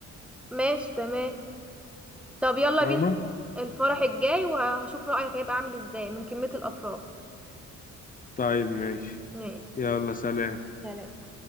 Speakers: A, in the centre; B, on the left.
A: ماشي تمام طب يلا
B: فاهمه
A: بينا الفرح الجاي وهشوف رأيك هيبقى عامل ازاي من كمية الافراح
B: طيب ماشي
A: ماشي
B: يلا سلام
A: سلام